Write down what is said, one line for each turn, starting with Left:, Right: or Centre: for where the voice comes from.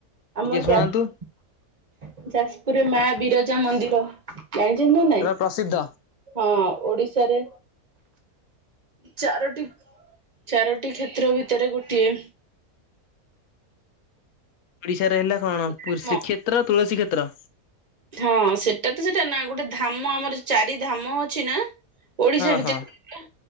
Left: ଟିକେ
Right: ଆମର
Left: ଶୁଣାନ୍ତୁ
Right: ଯାଜ୍ ଯାଜପୁରରେ ମା ବିରଜା ମନ୍ଦିର। ଜାଣିଚନ୍ତି ନା ନାଇଁ
Left: ପୁରା ପ୍ରସିଦ୍ଧ
Right: ହଁ ଓଡିଶାରେ ଚାରୋଟି ଚାରୋଟି କ୍ଷେତ୍ର ଭିତରେ ଗୋଟିଏ।
Left: ଓଡିଶାରେ ହେଲା କଣ
Right: ଆମ
Left: ପୁରୀ ଶ୍ରୀକ୍ଷେତ୍ର ତୁଳସୀ କ୍ଷେତ୍ର।
Right: ହଁ ସେଟା ତ ସେଟା ନା ଗୋଟେ ଧାମ ଆମର ଚାରି ଧାମ ଅଛି ନା। ଓଡିଶା
Left: ହଁ
Right: ଭିତରେ
Left: ହଁ